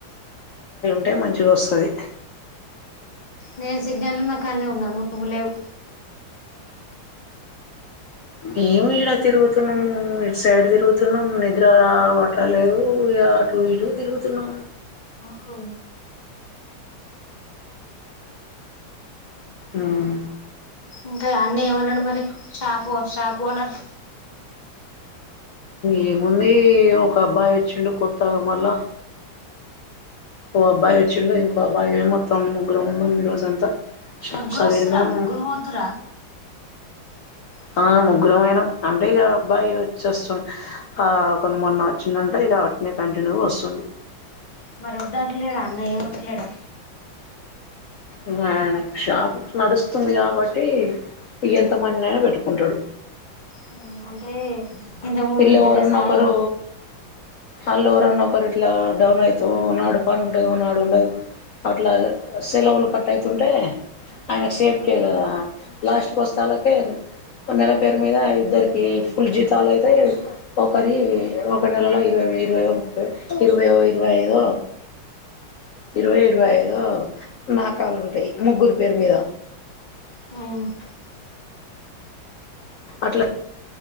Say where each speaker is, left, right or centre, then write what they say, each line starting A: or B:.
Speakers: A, on the left; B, on the left.
A: టే మంచిగా వస్తుంది
B: నేను సిగ్నల్ ఉన్న కన్నే ఉన్న నువ్వు లేవు
A: మేము ఇడ తిరుగుతున్నాము ఇట్ సైడ్ తిరుగుతున్నాం నిద్రా పట్టలేదు ఇగ అటుూ ఇటుూ తిరుగుతున్నాం
B: హో
A: హ్మ్
B: ఇంకా అన్న ఏమన్నాడు మరి షాపు షాపు ఓనర్
A: ఏముంది ఒక అబ్బాయి వచ్చిండు కొత్తాగా మళ్ళా ఓ అబ్బాయి వచ్చిండు ఇంకో అబ్బాయి ఏమే తోం మొత్తం ముగ్గురు ఉన్నం ఊ రోజంతా చా
B: ముగ్గురు
A: సదిర్ణం
B: వస్తురా ముగ్గురు పోతురా <inaudible>
A: ఆ ముగ్గురంమైనం అంటే ఇగ అబ్బాయి వచ్చేస్తుండ్ ఆ కొంత మంది వచ్చిందంటే ఇగ ఇగ కంటిన్యూగా వస్తుంది
B: మరి వద్దంటలేడా అన్న ఏమ్ అంటలేడా
A: ఇగ ఆయనకి షాపింగ్ నడుస్తుంది కాబట్టి ఇగ ఎంత మందినైనా పెట్టుకు ఉంటాడు
B: హ్మ్ అంటే ఇంతకు ముందు
A: ఇళ్ల
B: ఇద్దరే
A: ఓరన్న
B: సాలువా
A: ఒకరు అళ్ళవోరన్న ఒకరు ఇ ఇట్లా డౌన్ ఐతావ్ ఓనాడు పని ఉంటది ఓనాడు ఉండదు అట్లా సెలవులు కట్ట ఐతుంటే ఆమేకు సేఫ్టీ ఏ కదా లాస్ట్కి వస్తాళ్కే నెల పేరు మీద ఇద్దరికి ఫుల్ జీతాలు అయి <inaudible> ఒక్కరి ఈ ఒక నెలలో ఇరవై ఇరవై ముప్పై ఇరవై ఓ ఇరవై ఐదో ఇరవై ఇరవై ఐదో నాకాలుంటాయి ముగ్గురు పేరు మీద
B: హ్మ్
A: అట్లా